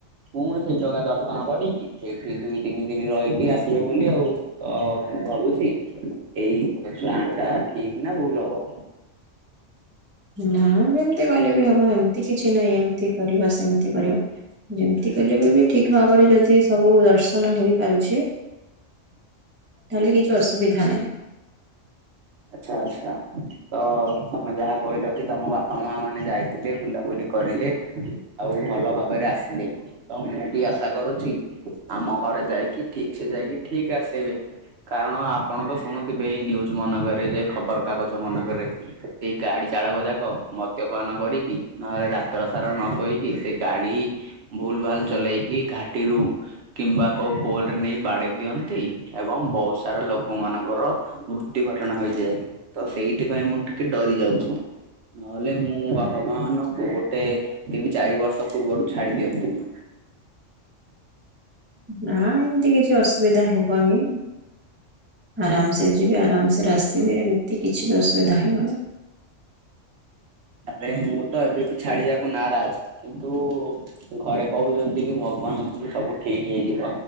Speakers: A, on the right; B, on the right.
A: ପୁଣି ସେଇ ଜାଗା ଦର୍ଶନ କରିକି। ସେଇଠି ଦୁଇ ତିନି ଦିନ ରହିକି ଆସିବେ ବୋଲି ଆଉ ତ। ମୁଁ ଭାବୁଛି ଏଇ ଷ୍ଟା ଟା ଠିକ ନା ଭୁଲ ହବ।
B: ନା ଏମତି ଗଲେ ବି ହବ ଏମିତି କିଛି ନହିଁ ଏମିତି କରିବା ସେମିତି କରିବା। ଯେମିତି କଲେ ବି ବି ଠିକ ଭାବରେ ଯଦି ସବୁ ଦର୍ଶନ ହେଇପାରୁଛି। ତାହେଲେ କିଛି ଅସୁବିଧା ନାହିଁ।
A: ଆଚ୍ଛା ଆଚ୍ଛା ତ ତମେ ଯାହା କହିଲ କି ତମ ବାପା ମା ମାନେ ଯାଇ ଥିଲେ ବୁଲାବୁଲି କରିଲେ ଆଉ ଭଲ ଭାବରେ ଆସିଲେ। ତ ମୁଁ ବି ଆଶା କରୁଛି ଆମ ଘରେ ଯାଇକି ଠିକ ସେ ଯାଇକି ଠିକ ଆସବେ। କାରଣ ଆପଣ ତ ଶୁଣୁଥିବେ ଏଇ ନିନ୍ୟୁଜ ମନେଗରେ ଯେ ଖବର କାଗଜ ମନେଗରେ। ସେଇ ଗାଡି ଚାଳକ ଯାକ ମଦ୍ୟପାନ କରିକି ନହେଲେ ରାତର ସାରା ନ ଶୋଇକି ସେ ଗାଡି। ଭୁଲ ଭାଲ ଚଲେଇକି ଘାଟିରୁ। କିମ୍ବା କୋଉ ପୋଲ୍ ରେ ନେଇ ବାଡ଼େଇ ଦିଅନ୍ତି। ଏବଂ ବହୁ ସାରା ଲୋକମାନଙ୍କର। ମୃତ୍ୟୁ ଘଟଣା ହେଇଯାଏ ତୋ ସେଇଥି ପାଇଁ ମୁଁ ଟିକେ ଡରି ଯାଉଛି ନ ହେଲେ ମୁଁ ମୁଁ ବାପା ମା ମାନଙ୍କୁ ଗୋଟେ ତିନି ଚାରି ବର୍ଷ ପୂର୍ବରୁ ଛାଡି ଦିଅନ୍ତିଣି।
B: ନା ଏମିତି କିଛି ଅସୁବିଧା ହେବନି। ଆରାମ ସେ ଯିବେ ଆରମ ସେ ରେ ଆସିବେ ଏମତି କିଛି ବି ଅସୁବିଧା ହେବନି।
A: ଆରେ ମୁଁ ତୋ ଏବେ ବି ଛାଡିବାକୁ ନାରାଜ୍ କିନ୍ତୁ। ଘରେ କହୁଛନ୍ତି କି ଭଗବାନ୍ ଅଛନ୍ତି ସବୁ ଠିକ୍ ହେଇଯିବ।